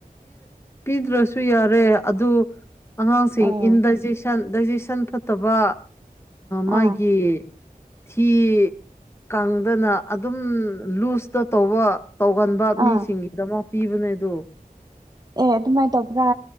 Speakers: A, on the left; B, on the right.
A: ꯄꯤꯗ꯭ꯔꯁꯨ ꯌꯥꯔꯦ ꯑꯗꯨ ꯑꯉꯥꯡꯁꯤꯡ
B: ꯑꯦ
A: ꯏꯟꯗꯥꯏꯖꯦꯁꯟ ꯗꯥꯏꯖꯦꯁꯟ ꯐꯠꯇꯕ ꯃꯥꯒꯤ
B: ꯑꯥ
A: ꯊꯤ ꯀꯥꯡꯪꯗꯅ ꯑꯗꯨꯝ ꯂꯨꯁꯇ ꯇꯧꯕ ꯇꯧꯒꯟꯕ ꯃꯤꯁꯤꯡꯒꯤꯗꯃꯛ
B: ꯑꯥ
A: ꯄꯤꯕꯅꯦ ꯑꯗꯨ
B: ꯑꯦ ꯑꯗꯨꯃꯥꯏꯅ ꯇꯧꯕ꯭ꯔꯥ